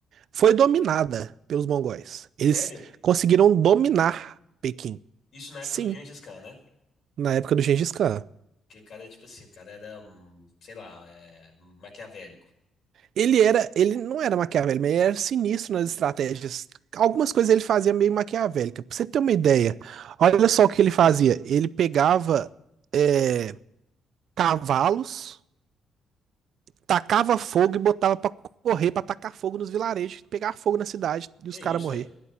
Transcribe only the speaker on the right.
foi dominada pelos mongóis. Eles
conseguiram dominar Pequim.
Sim,
na época do Gengis Khan.
Ele era, ele não era maquiavélico, mas ele era sinistro nas estratégias. Algumas coisas ele fazia meio maquiavélica. Pra você ter uma ideia, olha só o que ele fazia. Ele pegava
é, cavalos, tacava fogo e botava pra correr, pra tacar fogo nos vilarejos, pegar fogo na cidade e
os
caras morrer.